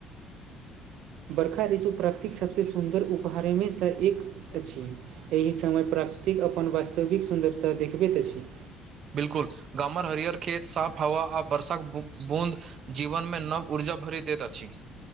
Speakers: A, on the right; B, on the right.
A: बरखा ऋतु प्राकृतिक सभसँ सुन्दर उपहारमेसँ एक अछि एहि समय प्राकृतिक अपन वास्तविक सुन्दरता देखबैत अछि
B: बिल्कुल गामर हरिहर खेत साफ हवा आ बर्षाक बूँद जीवन मे नव ऊर्जा भरि देैत अछि